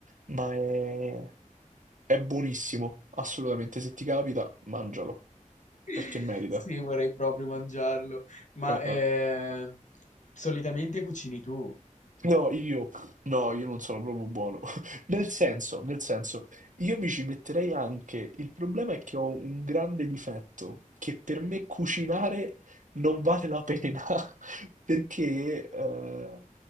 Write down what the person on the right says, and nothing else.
ma è, è buonissimo, assolutamente. Se ti capita, mangialo,
perché merita.
Eh,
eh.
No, io, no, io non sono proprio buono. <laughs> Nel senso, nel senso, io mi ci metterei anche. Il problema è che ho un grande difetto, che per me cucinare non vale la pena, <laughs> perché, eh,